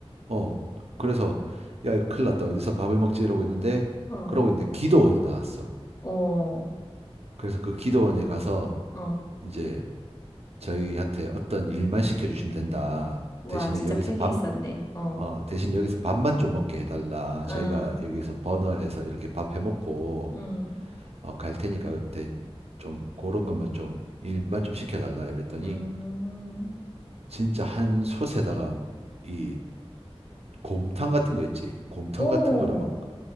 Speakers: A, on the right (about 75°); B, on the left (about 35°).
A: 어, 그래서 야, 이거 큰일 났다. 어디서 밥을 먹지? 이러고 있는데
B: 어.
A: 그러고 있는데 기도원이 나왔어.
B: 어,
A: 그래서 그 기도원에 가서
B: 어.
A: 이제 저희한테 어떤 일만 시켜주시면 된다.
B: 와,
A: 대신에
B: 진짜
A: 여기서
B: 팩이
A: 밥,
B: 있었네. 어,
A: 어, 대신 여기서 밥만 좀 먹게 해달라.
B: 어,
A: 저희가 여기서 버너에서 이렇게 밥 해먹고,
B: 음,
A: 어, 갈 테니까 대, 좀 그런 것만 좀 일만 좀 시켜달라. 이랬더니
B: 음.
A: 진짜 한 솥에다가 이 곰탕 같은 거 있지. 곰탕
B: 오,
A: 같은 거를 막